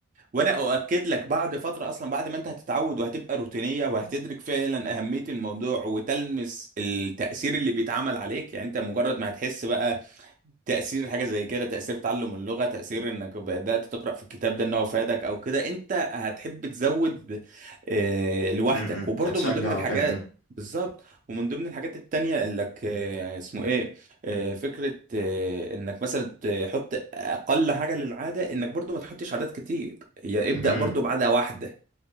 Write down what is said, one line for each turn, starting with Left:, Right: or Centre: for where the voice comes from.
Right: وانا اؤكد لك بعد فترة اصلا بعد ما انت هتتعود وهتبقى روتينية وهتدرك فعلا اهمية الموضوع وتلمس التأثير اللي بيتعمل عليك يعني انت مجرد ما هتحس بقى تأثير حاجة زي كده تأثير تعلم اللغة تأثير انك بدأت تقرأ في الكتاب ده ان هو فادك او كده انت هتحب تزود آه، لوحدك
Left: امم
Right: وبرضه
Left: اتشجع
Right: من ضمن الحاجات
Left: وكده امم
Right: بالظبط ومن ضمن الحاجات التانية انك آه، اسمه ايه آه، فكرة آه، انك مثلا تحط اقل حاجة للعادة انك برضه ما تحطش عادات كتير هي ابدأ
Left: امم
Right: برضه بعادة واحدة